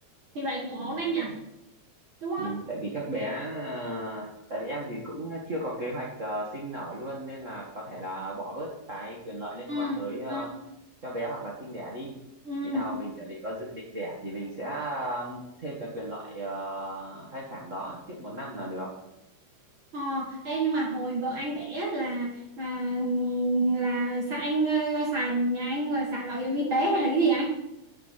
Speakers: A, on the right (about 50°); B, on the right (about 75°).
A: thì vậy cũng
B: Ừ,
A: ổn đấy nhỉ
B: đấy
A: đúng không
B: ừ, tại vì các bé ờ, tại vì em thì cũng chưa có kế hoạch ờ, sinh nở luôn nên là có thể là bỏ bớt cái quyền lợi liên
A: ừ
B: quan tới ờ,
A: ừ
B: cho bé hoặc là sinh đẻ đi
A: ừ
B: khi nào mình chuẩn bị có dự định đẻ thì mình sẽ ờ, thêm cái quyền lợi ờ, thai sản đó trước một năm là được
A: ờ ê, nhưng mà hồi vợ anh đẻ là à, là sao anh ờ, xài nhà anh là xài bảo hiểm y tế hay là cái gì anh